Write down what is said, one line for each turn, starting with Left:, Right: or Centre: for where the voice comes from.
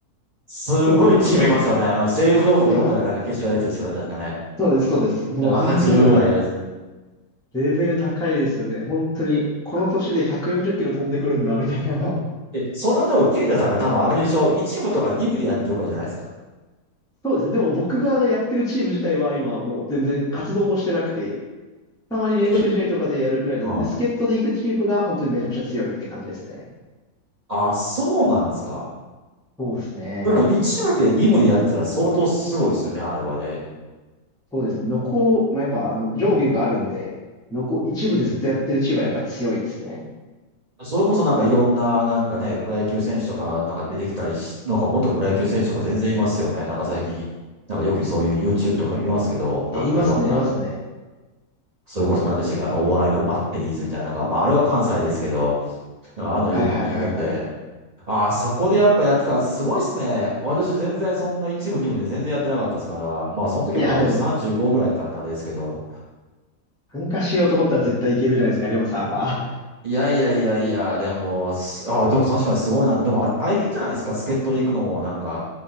Right: すごいチームいますよね。
Centre: 基本的にはも
Right: あの、西武ドームかどっかでなんか決勝やるやつですよね、
Centre: う、いや、
Right: 確かね。
Centre: そうです、そうです。もうあんなのは
Right: なんか8部ぐらいやるやつ。
Centre: レベル高いですよね。本当に、この年で140キロ飛んでくるんだ、みたいな。<laughs>
Right: え、それはでも、ケイタさんが多分あれでしょ、一部とか二部でやってるからじゃないですか。
Centre: そうですね。でも僕があのやってるチーム自体は今はもう全然活動もしてなくて、たまに練習試合とかでやるぐらいなんで、
Right: え、で、うん。
Centre: 助っ人で行くチームが本当にめちゃくちゃ強いって感じですね。
Right: あ、そうなんですか。
Centre: そうですね。
Right: でも、一部で二部でやってたら相当すごいですよね、あれはね。
Centre: そうですね。ノコ、まあ、やっぱあの上下があるんで、ノコ一部でずっとやってるチームはやっぱ強いですね。
Right: それこそなんかいろんな、なんかね、プロ野球選手とか、なんか出てきたりし、なんか元プロ野球選手とか全然いますよね。なんか最近、なんかよくそういう YouTube とか見ますけど、なんかいろんな、
Centre: え、いますね、いますね。
Right: それこそ何でしたっけ、あの、お笑いのバッテリーズみたいな、なんか、まああれは関西ですけど、なんかああいうのよく見るんで、
Centre: はいはいはいはい。
Right: ああ、そこでやっぱやってた、すごいっすね。私全然そんな一部、二部で全然やってなかったですから、まあその時はもう私35ぐらいやったんであれですけど、
Centre: いや、でも参加しようと思ったら絶対いけるじゃないですか、りょうさんは。
Right: いやいやいやいや、でも、すああ、でも確かにすごいな。でもあれ大変じゃないですか、助っ人で行くのもなんか、